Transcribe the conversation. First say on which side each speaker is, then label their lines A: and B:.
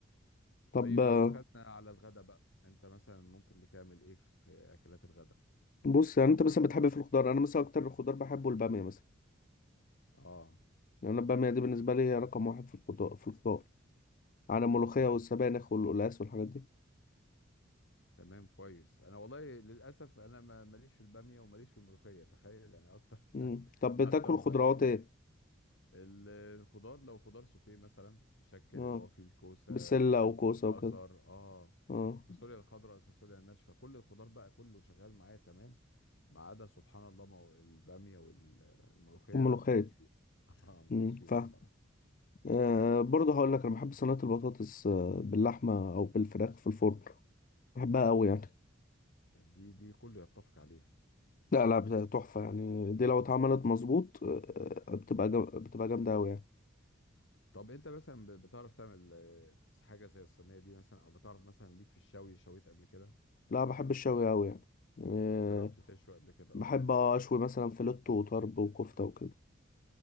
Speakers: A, on the left (about 65°); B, on the left (about 45°).
A: طيب
B: طب آه،
A: لو دخلنا على الغدا بقى أنت مثلا ممكن بتعمل إيه في أكلات الغدا؟
B: بص يعني انت مثلا بتحب في الخضار انا مثلا اكتر خضار بحبه الباميه مثلا
A: آه
B: لأن أنا البامية دي بالنسبة لي هي رقم واحد في الخضار في الخضار على الملوخية
A: تمام
B: والسبانخ والقلقاس والحاجات دي
A: تمام كويس انا والله للاسف انا ما- ماليش في الباميه وماليش في الملوخيه تخيل يعني اكتر <laughs>
B: مم. طب
A: اكتر
B: بتاكل
A: نوعين
B: خضروات ايه؟
A: ال- الخضار لو خضار سوتيه مثلا الشكل
B: اه
A: اللي هو فيه الكوسه
B: بسلة
A: بسله
B: وكوسة
A: جزر
B: وكده
A: اه
B: اه
A: الفاصوليا الخضراء الفاصوليا الناشفه كل الخضار بقى كله شغال معايا تمام ما عدا سبحان الله مو- الباميه والملوخيه
B: وملوخية
A: لا ماليش فيها <laughs> اه ماليش
B: مم.
A: فيهم
B: فاهم
A: بصراحه
B: آه برضه هقول لك أنا بحب صينية البطاطس آه، باللحمة أو بالفراخ في الفرن بحبها أوي يعني
A: دي دي كله يتفق عليها
B: لا لا بت- تحفة يعني دي لو اتعملت مظبوط آه، آه، بتبقى جم... بتبقى جامدة أوي يعني
A: طب انت مثلا ب- بتعرف تعمل آه، حاجه زي الصينيه دي مثلا او بتعرف مثلا ليك في الشوي شويت قبل كده
B: لا بحب الشوي أوي يعني آه،
A: جربت تشوي قبل كده اه
B: بحب أشوي مثلا فيلتو وطرب وكفتة وكده